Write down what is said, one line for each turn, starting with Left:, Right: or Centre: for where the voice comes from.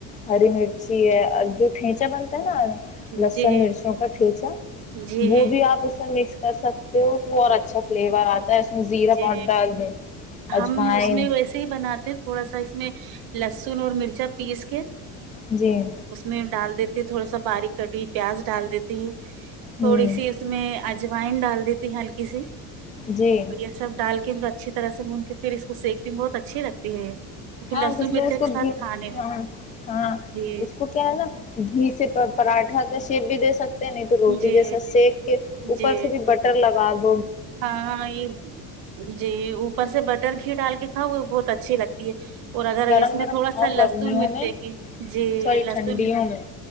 Left: ہری مرچی ہے اور جو ٹھینچا بنتا ہے ناا لسن
Right: جی
Left: مرچوں کا ٹھچا
Right: جی
Left: وہ بھی آپ اس میں مکس کر سکتے ہو وہ اور اچھا فلیور آتا ہے زیرہ
Right: جی
Left: پاؤڈر ڈال دیں
Right: ہم
Left: اجوائن
Right: اس میں ویسے ہی بناتے ہیں تھوڑا سا اس میں لسن اور مرچا پیس کے
Left: جی
Right: اس میں ڈال دیتی تھوڑا سا بارییک کٹ پیاز ڈال دیتی
Left: ہوں
Right: تھوڑی سی اس میں اج وائن ڈال دی ت ہلکی سی تو
Left: جی
Right: یہ سب ڈال کے بت اچھی طرح بھون کے پھر اس کو سیکتی بہت اچھی لگتی ہے اور پھر
Left: ہاں
Right: لہسن
Left: کچھ
Right: مرچا
Left: میں اس کو
Right: کے ساتھ
Left: گ
Right: کھانے میں
Left: ہاں ہاں
Right: جی
Left: اس کو کیا ہے نا گھی سے پراٹھا کا شیپ بھی دے سکتے نہیں تو روٹی
Right: جی
Left: جیسا سیک کے اوپر
Right: جی
Left: سے بھی بٹر لگا د
Right: ہاں یہ جی اوپر سے بٹر گھی ڈال کے ہاں وہ بہت اچھی لگتی ہے اور اگر
Left: گرم
Right: اس میں
Left: گرم
Right: تھوڑا
Left: کھاؤ
Right: سا لسن
Left: گرمیوں
Right: مرچی
Left: میں
Right: کی جی
Left: سوری
Right: لسن
Left: ٹھنڈیوں میں